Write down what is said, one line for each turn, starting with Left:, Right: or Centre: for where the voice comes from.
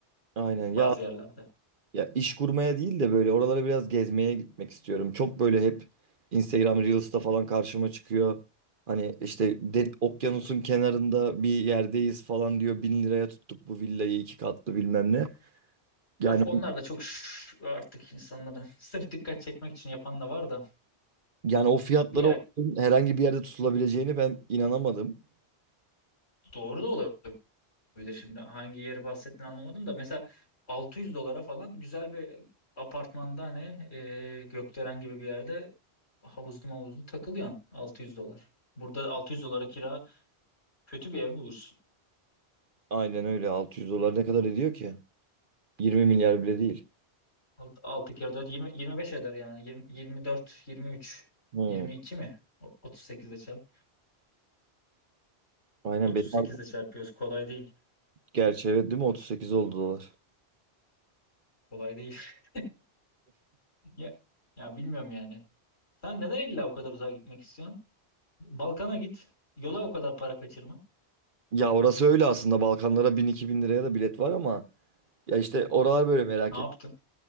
Right: Aynen
Left: bazı
Right: ya
Left: yerlerde.
Right: ya iş kurmaya değil de böyle oralara biraz gezmeye gitmek istiyorum. Çok böyle hep Instagram Reels'ta falan karşıma çıkıyor. Hani işte de- okyanusun kenarında bir yerdeyiz falan diyor. Bin liraya tuttuk bu villayı iki katlı bilmem ne.
Left: Of
Right: Yani
Left: onlar da çok şş, artık insanların <laughs> sırf dikkat çekmek için yapan da var da
Right: yani o fiyatlara
Left: bir yere
Right: o- herhangi bir yerde tutulabileceğini ben inanamadım.
Left: doğru da olabilir olabilir şimdi. Hangi yeri bahsettiğini anlamadım da mesela 600 dolara falan güzel bir apartmanda hani e, Gökdelen gibi bir yerde havuzlu havuzlu takılıyorsun 600 dolar. Burada 600 dolara kira kötü bir ev bulursun.
Right: Aynen öyle altı yüz dolar ne kadar ediyor ki? 20 milyar bile değil.
Left: Alt- altı kere 4 20, 25 eder yani. 20, 24, 23,
Right: Hı.
Left: 22 mi? O- 38 ile çarp.
Right: Aynen
Left: 38
Right: benim ar-
Left: ile çarpıyoruz. Kolay değil.
Right: gerçi evet değil mi 38 oldu dolar.
Left: Kolay değil. <laughs> Ya, ya bilmiyorum yani. Sen neden illa o kadar uzağa gitmek istiyorsun? Balkan'a git. Yola o kadar para kaçırma.
Right: Ya orası öyle aslında Balkanlara 1000-2000 liraya da bilet var ama ya işte oralar böyle merak
Left: Ne yaptın?
Right: et.